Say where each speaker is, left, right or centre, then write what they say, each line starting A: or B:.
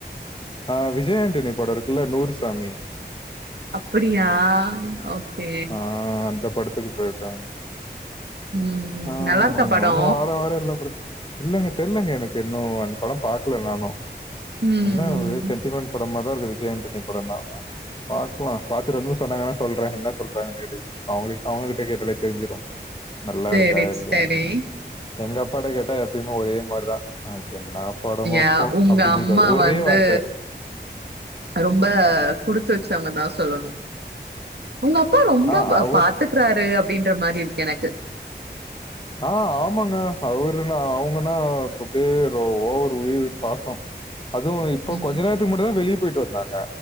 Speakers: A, on the left (about 30°); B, on the right (about 70°).
A: ஆ விஜய் ஆண்டனி படோ இருக்குல்ல நூறுசாமி
B: அப்புடியா ஓகே
A: ஆ அந்த படத்துக்கு போயிருக்காங்
B: ம்
A: ஆ
B: நல்லா இருக்கா படோ
A: அவுங்க வார வாரோ எல்லா படத் இல்லங்க தெர்லங்க எனக்கு இன்னு அந் படோ பாக்ல நானு
B: ம்
A: என்ன
B: ம்
A: ஒரே சென்டிமெண்ட் படமா தா இருக்கு விஜய் ஆண்டனி படம்னாதா பாப்போ பாத்துட்டு வந்து சொன்னாங்கன்னா சொல்றே என்ன சொல்றாங்க மேபி அவுங்களுக்கு அவுங்ககிட்ட கேட்டால தெரிஞ்சுடு நல்லா
B: சேரி
A: இருக்கா இல்லயான்
B: சேரி
A: எங்க அப்பாட்ட கேட்டா எப்புமே ஒரே மாரிதா ஆ என்னா படமோப்போ
B: யா உங்க
A: அப்டின்னுருவாரு
B: அம்மா
A: ஒரே
B: வந்து
A: வார்த்த
B: ரொம்ப குடுத்து வச்சவங்க தா சொல்லணு உங்க அப்பா ரொம்ப
A: ஆ அவர்
B: பாத்துக்றாரு அப்டின்ற மாரி இருக்கு எனக்கு
A: ஆ ஆமாங்க அவருனா அவுங்கன்னா அப்டியே ஓவரு உயிரு பாசோ அதுவு இப்ப
B: ம்
A: கொஞ்ச நேரத்துக்கு முன்னாடி தா வெளியே போயிட்டு வந்தாங்க